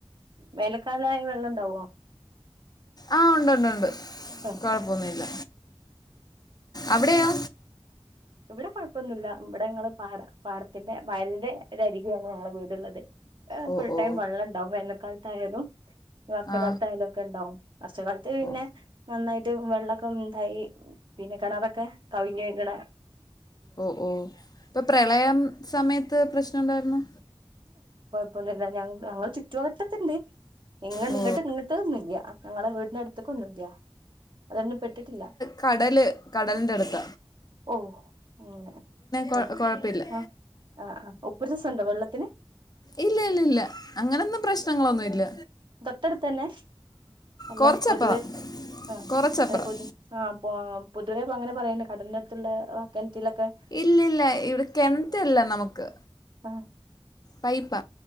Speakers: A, on the right (about 55°); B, on the left (about 40°).
A: വേനക്കാലായ വെള്ളം ഉണ്ടാവോ
B: ആഹ് ഉണ്ട് ഉണ്ട് ഉണ്ട്
A: ആ
B: കുഴപ്പൊന്നുമില്ല അവിടെയോ
A: ഇവിടെ കുഴപ്പൊന്നില്ല ഇവിടെ ഞങ്ങള് പാറ പാറത്തിന്റെ വയലിന്റെ ഇതായിരിക്കുകയാണ് ഞങ്ങളെ വീടുള്ളത്
B: ഓ
A: ഫുൾ
B: ഓ
A: ടൈം വെള്ളം ഉണ്ടാവും വേനൽക്കാലത്തായാലും വർഷകാലത്തായാലും
B: ആ
A: ഒക്കെ ഉണ്ടാവും വർഷ കാലത്ത് പിന്നെ
B: ഓ
A: നന്നായിട്ട് വെള്ളക്കം എന്തായി പിന്നെ കിണറൊക്കെ കവിഞ്ഞു ഒഴുകണെ
B: ഓ ഓ ഇപ്പൊ പ്രളയം സമയത്ത് പ്രശ്നംണ്ടായിരുന്ന്
A: ഇപ്പൊന്നല്ല ഞങ്ങ ഞങ്ങൾ ചുറ്റുവട്ടത്തിണ്ട് എങ്ങ
B: ഓ
A: ഇങ്ങോട്ട് നിങ്ങട്ടൊന്നും ഇല്ല ഞങ്ങളെ വീടിന് അടുത്തേക്കൊന്നുംല്ല അത്കൊണ്ട് പെട്ടിട്ടില്ല
B: കടല് കടലിൻ്റെ അടുത്ത
A: ഓഹ് അങ്ങനെ
B: കുഴ-
A: അപ്
B: കുഴപ്പമില്ല
A: ആ ഉപ്പ് രസണ്ടോ വെള്ളത്തിന്
B: ഇല്ല ഇല്ല ഇല്ല അങ്ങനെൊന്നും പ്രശ്നങ്ങളൊന്നും ഇല്ല
A: തൊട്ടടുത്തു തന്നെ അല്ല
B: കുറച്ചപ്പുറം
A: പൊതുവെ ആഹ്
B: കുറച്ചപ്പുറം
A: അല്ല പൊതു ആഹ് അ പൊതുവേ അങ്ങനെ പറയുന്ന കടലിന്റെ അടുത്തുള്ള കെണറ്റിലൊക്കെ
B: ഇല്ല ഇല്ല ഇവിടെ കിണറ്റല്ല നമുക്ക്
A: ആഹ്
B: പൈപ്പ